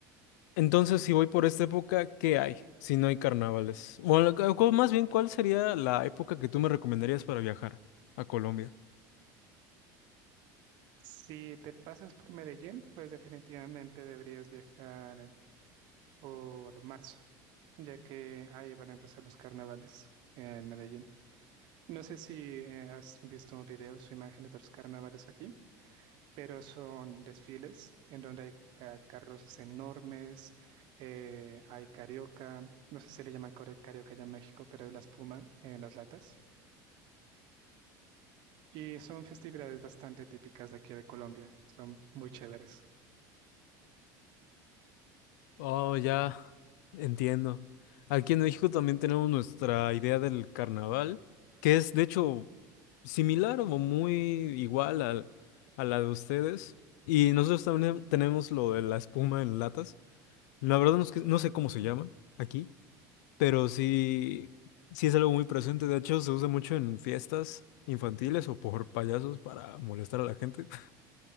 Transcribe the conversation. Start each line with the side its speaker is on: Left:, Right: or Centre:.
Left: entonces, si voy por esta época, ¿qué hay si no hay carnavales? O la- o cu- más bien, ¿cuál sería la época que tú me recomendarías para viajar a Colombia?
Right: Si te pasas por Medellín, pues definitivamente deberías viajar por marzo, ya que ahí van a empezar los carnavales en Medellín. No sé si eh, has visto videos o imágenes de los carnavales aquí, pero son desfiles en donde hay ca- carros enormes, eh, hay carioca, no sé si le llaman core- carioca ya en México, pero es la espuma en las latas. Y son festividades bastante típicas de aquí de Colombia. Son muy chéveres,
Left: Oh, ya entiendo. Aquí en México también tenemos nuestra idea del carnaval, que es de hecho similar o muy igual al- a, la de ustedes. Y nosotros también tenemos lo de la espuma en latas. La verdad no es que- no sé cómo se llama aquí. pero sí, sí es algo muy presente. De hecho, se usa mucho en fiestas infantiles o por payasos para molestar a la gente. <laughs>